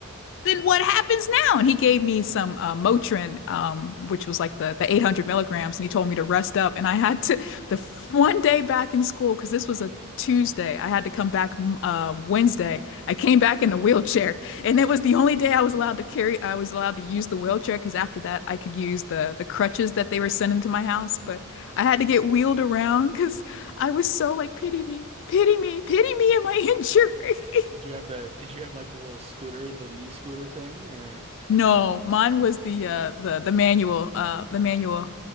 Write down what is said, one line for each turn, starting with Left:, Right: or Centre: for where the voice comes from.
Left: then what happens now? And he gave me some uh, Motrin, um, which was like the the 800 milligrams, and he told me to rest up. And I had to <laughs> the one day back in school because this was a Tuesday. I had to come back uh, Wednesday. I came back in a wheelchair, <laughs> and it was the only day I was allowed to carry. I was allowed to use the wheelchair because after that, I could use the the crutches that they were sending to my house. But I had to get wheeled around because I was so like, pity me, pity me, pity me, and my injury. <laughs>
Right: Did you have the did you have like the little scooter, the knee scooter thing or
Left: No, mine was the uh the the manual uh the manual